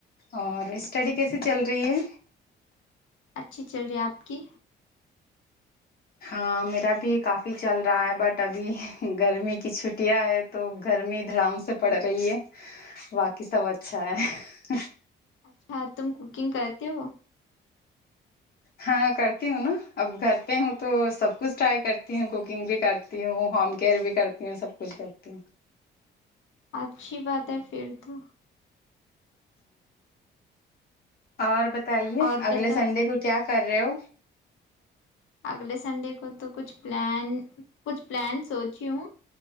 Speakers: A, on the left; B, on the left.
A: اور اسٹڈی کیسی چل رہی ہے
B: اچھی چل رہی ہے آپ کی
A: ہاں میرا بھی کافی چل رہا ہے بٹ ابھی گرمی کی چھٹیاں ہے تو گرمی دڑام سے پڑ رہی ہے باقی سب اچھا ہے
B: اچھا تم کوکنگ کر د وہ
A: ہاں کرتی ہوں نا اب کرھرتے ہوں تو سب کچھ ٹرائی کرتی ہوں کوکنگ بھی کرتی ہوں ہوم کیئر بھی کرتی ہوں سب کچھ کرتی ہوں
B: اچ اچھی بات ہے پھر تو
A: اور بتاؤ بتائیے
B: اور
A: اگلے
B: بتاؤ
A: سنڈے کو کیا کرو
B: اگلے سنڈے کو تو کچھ پلان کچھ پلانس کیوں